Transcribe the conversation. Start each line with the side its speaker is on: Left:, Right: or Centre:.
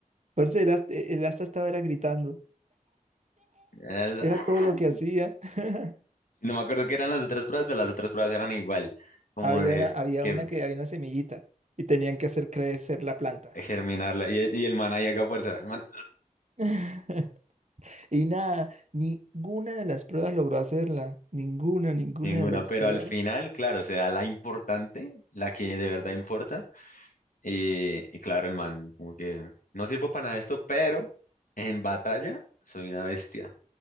Right: parce, el Asta, el Asta estaba era gritando,
Left: Es-
Right: era
Left: ¡ah!
Right: todo lo que hacía. <laughs>
Left: No me acuerdo qué eran las otras pruebas, pero las otras pruebas eran igual, como
Right: Había
Left: de
Right: una, había
Left: que
Right: una que había una semillita y tenían que hacer crecer la planta.
Left: germinarla. Y, y el man ahí haga fuerza, el man,
Right: <laughs> Y nada, ninguna de las pruebas logró hacerla. Ninguna, ninguna
Left: ninguna,
Right: de las
Left: pero
Right: pruebas.
Left: al final, claro, se da la importante, la que de verdad importa Y, y claro, el man, como que no sirvo para nada de esto, pero en batalla soy una bestia.